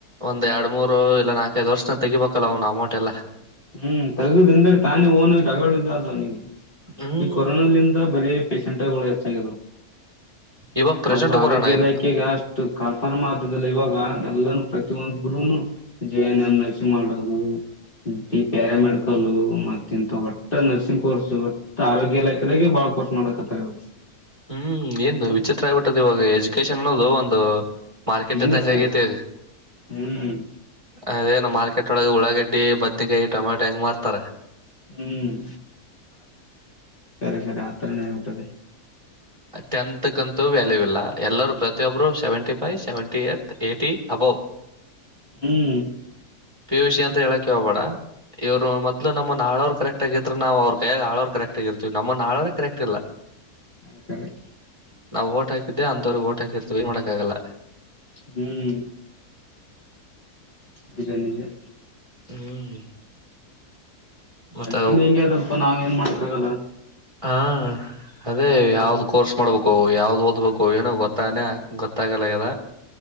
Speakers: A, on the right (about 20°); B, on the left (about 35°).
A: ಒಂದ್ ಎರಡ್ ಮೂರು ಇಲ್ಲಾ ನಾಕೈದು ವರ್ಷ ನ್ಯಾಗ ತೆಿಬೇಕಲ್ಲ ಅವನು ಅಮೌಂಟ್ಲ್ಲ
B: ಹ್ಮ್ ತಗದಿಂದ ತಾನೇ ಓನು ತಗಗಳ ಇದ ಅಲ್ವ ನಿಗೆ
A: ಹ್ಮ್
B: ಈ ಕೊರೋನಲ್ಲಿಿಂದ ಬರ ಪೇಶಂ ಕೊದ
A: ಇವಾಗ ಪ್ರೆಸೆಂಟ್
B: ಮೊದ್ಲು ಆರೋಗ್ಯ
A: ಕೊರೋಣ ಆಯ್ತು
B: ಇಲೈಖೆೆಗೆ ಅಷ್ಟು ಕನ್ಫರ್ಮ್ ಆದ ಇವಾಗ ಎಲ್ಲಾನೂ ಪ್ರತಿಯೊಬ್ರುೂನು ಜೇನನ್ನಸಿ ಮಾಡೋದು ಡಿ ಪ್ಯಾರ ಮೆಡಿಕಲ್ ಮತ್ತ ಇಂತ ಒಟ್ಟ ನರ್ಸಿಂಗ್ ಕೋರ್ಸ್ ಒಟ್ಟ ಆರೋಗ್ಯ ಇಲಾಖೆದಾಗೆ ಬಾಳ ಕೋರ್ಸ್ ಮಾಡಕತ್ತವು
A: ಹ್ಮ್ ಏನ್ ವಿಚಿತ್ರ ಆಗ್ಿಬಿಟ್ಟದ ಇವಾಗ ಎಜುಕೇಶನ್ ಅನ್ನೋದು ಒಂದು ಮಾರ್ಕೆಟ್
B: ಬಿಸಿನೆಸ್
A: ಇದ್ದಂಗತಿಗ
B: ಆಗ್ಯಾವ ಹ್ಮ್
A: ಅದೇನು ಮಾರ್ಕೆಟ್ ಒಳಗೆಳ ಾಗಡ್ಡಿ ಬದ್ೇಕಾಯಿ ಟಮಟೊ ಹೆಂಗ್ತಾರ
B: ಹ್ಮ್ ಸಖರಖರೆ ಅತ್ರನ ಆಟ್ಟದೆ
A: ಟೆಂತ್ಕ್ಂತೂ ವ್ಯಾಲ್ಯೂ ಇಲ್ಲ ಎಲ್ಲರೂ ಪ್ರತಿಯೊಬ್ರು ಸೆವೆಂಟಿ ಫೈ್ ಸೆವೆಂಟಿ ಏ ಏಟಿ ಅಬೌ್
B: ಹ್ಮ್
A: ಪಿಯ ಯುಷಿ ಅಂತ ಹೇಳಕ ಹೋಗ್ಬೇಡ ಇವರು ಮೊದ್ಲು ನಮ್ಮ ನಾವರು ಕರೆಕ್ಟ್ ಕರೆಟ್ ಆಗಿದ್ರ ನಾವು ಅವ್ರ ಕೈಯ ಆಳವ ಕರೆಕ್ಟ್ ಆಗಿರ್ತಿವಿ ನಮ್ಮನ್ನ ಹಾವ ಕರೆಕ್ಟ್ ಇಲ್ಲ
B: ಹ
A: ನಾವು ಓಟ್ ಹಾಕಿದ್ದೆ ಅಂತ್ವ್ರಗ್ ಓಟ್ ಹಾಕಿರ್ತೀವಿ ಏನ್ ಮಾಡೋಕ್ಕಾಗಲ್ಲ
B: ಹ್ಮ್ ಬಿರಾನಿಗೆ
A: ಹ್ಮ್ ಮತ್ತ
B: ಅದ್ಕಿನ್ ಹೆಂಗೆ ಸ್ವಲ್ಪ ನಾವ್ ಏನ್ <unintelligible>
A: ಹಾ ಅದೇ ಯಾವ್ದ್
B: ಹ್ಮ್
A: ಕೋರ್ಸ್ ಮಾಡ್ಬೇಕು ಯಾವ್ದ್ ಓದ್ಬೇಕು ಏನು ಗೊತ್ತಾನೆ ಗೊತ್ತಾಗಲ್ಲ ಆಗ್ಯದ